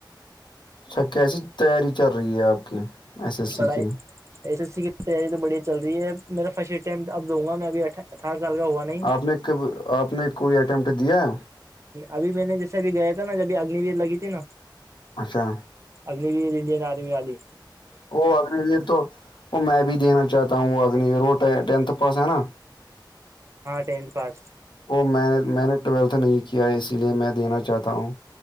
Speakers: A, on the left; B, on the right.
A: اچھا کیسی تیاری چل رہی ہے آپ کی ایس ایس سی
B: پڑھائی
A: کی
B: ایس ای سی کی تیاری تو بڑھیا چل رہی ہے میرا فرسٹ امٹ اب دوں گا میں ابھی اٹھ اٹارس سال کا ہوا نہیں
A: آپ نے کب آپ نے کوئی اٹمپٹ دیا
B: ابھی میں نے جیسے اب گیا تھا ناب اگنی ویر لگ تھی نا
A: اچھا
B: اگنی ویر انڈین آرمی آلی
A: وہ اگنیویر تو وہ میں بھی دینا چاہتا ہوں وہ اگنیویر وہ ٹینتھ پاس ہے نا
B: ہاں ٹنت پاس
A: او میں نے میں نے ٹویلتھ نہیں کیا ہے اسی لیے میں دینا چاہتا ہوں